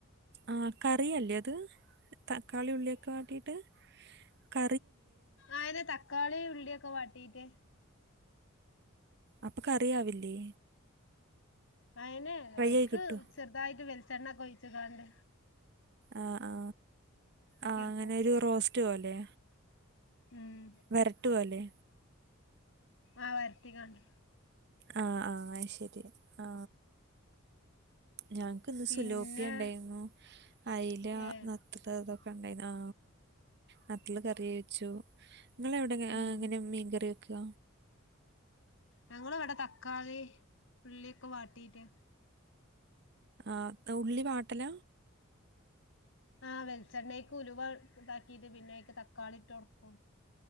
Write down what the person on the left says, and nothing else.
ആയിത് തക്കാളി ഉള്ളിയൊക്കെ വാട്ടീട്
അയിനെ എനിക്ക്
ചെറുതായിട്ട് വെളിച്ചെണ്ണ ഒക്കെ ഒഴിച്ച കാണ്ട്
എടുക്കും
ഉം
ആ വരുത്തിക്കണ്ടേ
പിന്നെ
ഏ
ഉം
ഞങൾ ഇവിടെ തക്കാളി ഉള്ളിയൊക്കെ വാട്ടീറ്റ്
അഹ് വെളിച്ചെണ്ണക്ക് ഉലുവ ഇതാക്കീട്ട് പിന്നെക്ക് തക്കാളി ഇട്ട് കൊടുക്കും